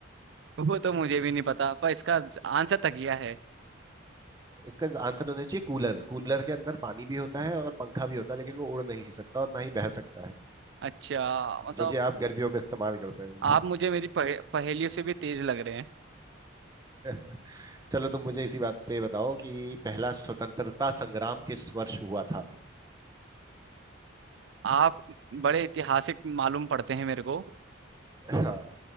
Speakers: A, on the right; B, on the right.
A: <laughs> वो तो मुझे भी नहीं पता पर इसका आंसर तकिया है
B: इसका आंसर होना चाहिए कूलर कूलर के अंदर पानी भी होता है और पंखा भी होता है लेकिन वो उड़ नहीं सकता और ना ही बह सकता है
A: अच्छा मतलब
B: जो कि आप गर्मियों में इस्तेमाल करते हैं
A: आप मुझे मेरी पहे, पहेलियों से भी तेज लग रहे हैं
B: <laughs> चलो तुम मुझे इसी बात पे बताओ कि पहला स्वतंत्रता संग्राम किस वर्ष हुआ था
A: आप बड़े ऐतिहासिक मालूम पड़ते हैं मेरे को
B: हाँ